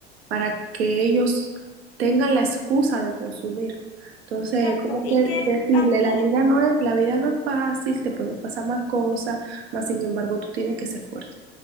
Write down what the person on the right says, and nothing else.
para que ellos tengan la excusa de consumir. Entonces,
como
que
decirle,
la vida no es, la vida no es fácil, te pueden pasar más cosas, mas sin embargo tú tienes que ser fuerte.